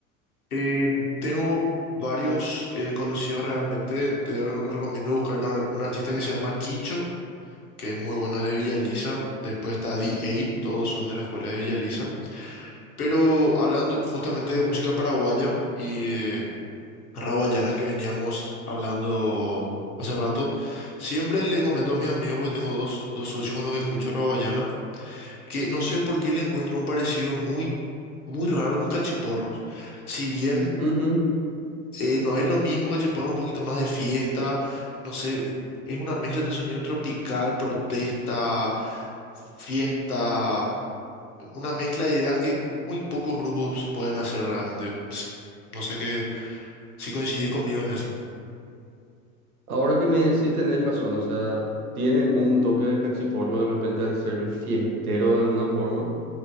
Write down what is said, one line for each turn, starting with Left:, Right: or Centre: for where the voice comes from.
Left: Eh, tengo varios eh, conocidos realmente, te re- recomiendo buscar la- un artista que se llama Kicho, que es muy bueno, es de Villa Elisa, después está D A, todos son de la escuela de Villa Elisa. Pero hablando justamente de música paraguaya y de raguayana que veníamos hablando hace rato, siempre le comento a mis amigos, porque tengo dos, dos socios con los que escucho raguayana, que no sé por qué le encuentro un parecido muy, muy raro con cachiporros. Si bien
Right: Ujú,
Left: eh, no es lo mismo, cachiporros es un poquito más de fiesta, no sé, es una mezcla de sonido tropical, protesta, fiesta una mezcla de ideas que muy pocos grupos pueden hacer realmente. Si- No sé qué, si coincidís conmigo en eso.
Right: Ahora que me sí tenés razón, o sea, tiene un toque de cachiporro de repente al ser fiestero de alguna forma,